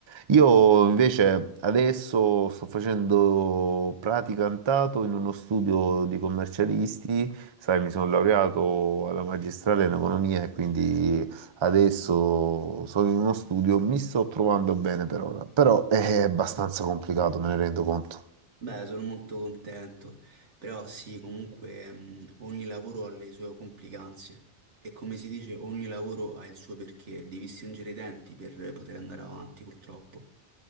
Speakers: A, on the right; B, on the right.
A: Io invece adesso sto facendo praticantato in uno studio di commercialisti, sai, mi sono laureato alla magistrale in economia e quindi adesso sono in uno studio, mi sto trovando bene per ora, però è abbastanza complicato, me ne rendo conto.
B: beh, sono molto contento, però sì, comunque mh, ogni lavoro ha le sue complicanze e come si dice, ogni lavoro ha il suo perché, devi stringere i denti per poter andare avanti, purtroppo.